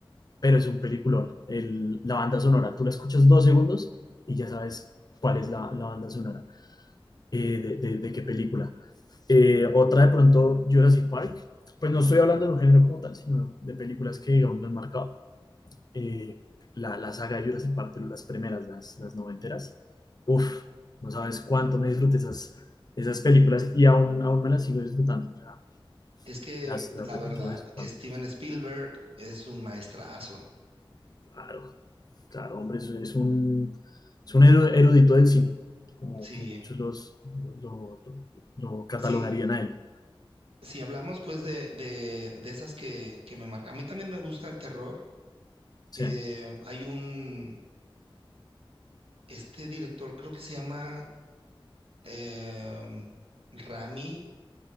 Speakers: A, on the left; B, on the right.
A: pero es un peliculón. El- la banda sonora, tú la escuchas dos segundos y ya sabes cuál es la, la banda sonora, eh, de, de- de qué película. Eh, otra de pronto Jurassic Park. Pues no estoy hablando de un género como tal, sino de películas que aún me han marcado. Eh, la, la saga de Jurassic Park, pero las primeras, las, las noventeras. Uf, no sabes cuánto me disfruté esas, esas películas y aún, aún me las sigo disfrutando. O sea,
B: Es que
A: las, las
B: la
A: repito
B: verdad,
A: de vez en cuando.
B: Steven Spielberg es un maestrazo.
A: Claro, claro, hombre, es, es un, es un eru- erudito del cine, como,
B: Sí,
A: como muchos los, lo, lo- lo catalogarían
B: sí,
A: a él.
B: Si hablamos pues de, de, de esas que, que me marcan, a mí también me gusta el terror.
A: Sí.
B: Eh, hay un, este director creo que se llama em, Rami,